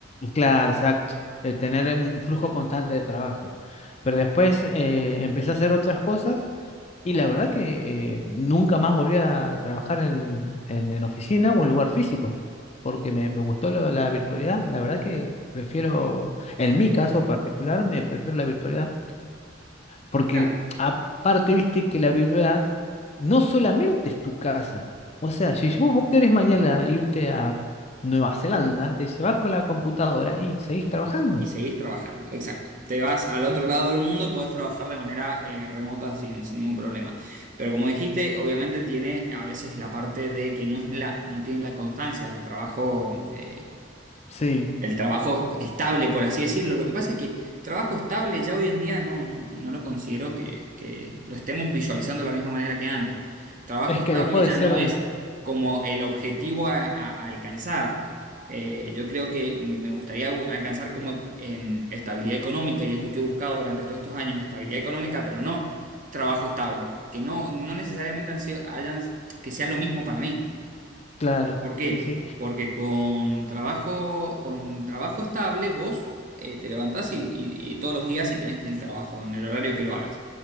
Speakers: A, on the left; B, on the right.
A: Claro, exacto. eh, tener un flujo constante de trabajo. Pero después eh, empecé a hacer otras cosas y la verdad que eh, nunca más volví a trabajar en, en- en oficina o en lugar físico, porque me, me gustó lo- la virtualidad. La verdad que prefiero, en mi caso particular, me prefiero la virtualidad. Porque
B: Claro.
A: aparte, viste que la verdad no solamente es tu casa. O sea, si vos, vos querés mañana irte a Nueva Zelanda, te dice, vas con la computadora y seguís trabajando.
B: Y seguís trabajando, exacto. Te vas al otro
A: Eh,
B: lado del mundo y podés trabajar de manera eh, remota sin, sin ningún problema. Pero como dijiste, obviamente tiene a veces la parte de que no es la, no tiene la constancia del trabajo eh,
A: Sí,
B: el trabajo estable, por así decirlo. Lo que pasa es que trabajo estable ya hoy en día no, no, no lo considero que, que lo estemos visualizando de la misma manera que antes. Trabajo
A: es
B: estable
A: que dejó de
B: ya
A: ser,
B: no es como el objetivo a, a- a alcanzar. Eh, yo creo que m- me gustaría bu- alcanzar como em, estabilidad económica y es lo que he buscado durante todos estos años, estabilidad económica, pero no trabajo estable, que no, no necesariamente han sido- hayan, que sea lo mismo para mí.
A: claro,
B: ¿Por qué?
A: sí, sí.
B: Porque con trabajo, con trabajo estable vos eh, te levantás y, y- y todos los días y tenés el trabajo en el horario que lo hagas.